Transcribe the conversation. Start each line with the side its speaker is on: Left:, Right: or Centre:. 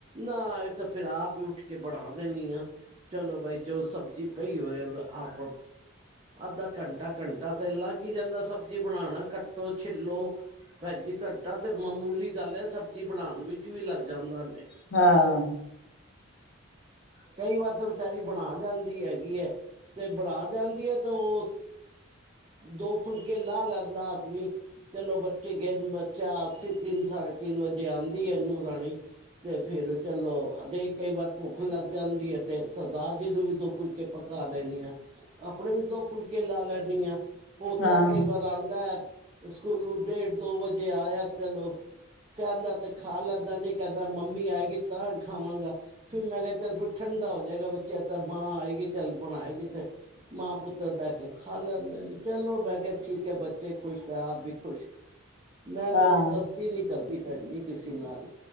Right: ਨਾ ਇਹ ਤਾਂ ਫੇਿਰ ਆਪ ਹੀ ਉੱਠ ਕੇ ਬਣਾ ਦੇਣੀ ਆ ਚਲੋ ਬਾਈ ਜੋ ਸਬਜ਼ੀ ਪਈ ਹੋਏ ਆਪ ਅੱਧਾ ਘੰਟਾ ਘੰਟਾ ਤੇ ਲੱਗ ਹੀ ਜਾਂਦਾ ਸਬਜ਼ੀ ਬਣਾਉਣਾ ਕੱਟੋ ਛਿੱਲੋ ਭੈਜੀ ਘੰਟਾ ਤੇ ਮਾਮੂਲੀ ਗੱਲ ਹੈ ਸਬਜ਼ੀ ਬਣਾਉਣ ਵਿੱਚ ਵੀ ਲੱਗ ਜਾਂਦਾ ਨੇ
Left: ਹਾਂ
Right: ਕਈ ਵਾਰ ਤਾਂ ਦਾਲ ਬਣਾ ਜਾਂਦੀ ਹੈਗੀ ਹੈ ਤੇ ਬਣਾ ਜਾਂਦੀ ਹੈ ਤੇ ਉਹ ਦੋ ਫੁਲਕੇ ਲਾ ਲਦਾ ਆਦਮੀ ਚਲੋ ਬੱਚੇ ਗ ਬੱਚਾ ਅਸੀ ਤਿੰਨ ਸਾਢੇ ਤਿੰਨ ਵਜੇ ਆਉਂਦੀ ਹੈ ਇਹਨੂੰ ਰਾਣੀ ਤੇ ਫੇਰ ਚਲੋ ਦੇ ਕਈ ਵਾਰ ਭੁੱਖ ਲੱਗ ਜਾਂਦੀ ਹੈ ਤੇ ਦਾ ਜੀ ਨੂੰ ਵੀ ਦੋ ਫੁਲਕੇ ਪਕਾ ਦੇਣੀ ਆਾਂ ਆਪਣੇ ਵੀ ਦੋ ਫੁਲਕੇ ਲਾ ਲੈਦੀ ਆ ਪੋਤਰਾ
Left: ਹਾਂ
Right: ਕਈ ਵਾਰ ਆਉਂਦਾ ਹੈ ਸਕੂਲੋਂ ਡੇਢ ਦੋ ਵਜੇ ਆਇਆ ਚਲੋ ਕਹਿੰਦਾ ਤੇ ਖਾ ਲੈਂਦਾ, ਨੀ ਕਹਿੰਦਾ। ਮੰਮੀ ਆਏਗੀ ਤਾਂ ਖਾਵਾਂਗਾ। ਫਿਰ ਮੈਂ ਕਿਹਾ ਚੱਲ ਫਿਰ ਠੰਡਾ ਹੋ ਜਾਏਗਾ ਬੱਚੇ, ਤਾਂ ਮਾਂ ਆਏਗੀ ਚੱਲ ਬਣਾਏਗੀ ਤੇ। ਮਾਂ ਪੁੱਤਰ ਬਹਿ ਕੇ ਖਾ ਲੈਂਦੇ ਨੇ। ਚਲੋ ਮੈਂ ਕਿਹਾ ਠੀਕ ਹੈ। ਬੱਚੇ ਖੁਸ਼ ਤਾ ਆਪ ਵੀ ਖੁਸ਼। ਮੈਂ
Left: ਹਾਂ
Right: ਜ਼ਬਰਦਸਤੀ ਨਹੀਂ ਕਰਦੀ ਭੈਣ ਜੀ ਕਿਸੇ ਨਾਲ।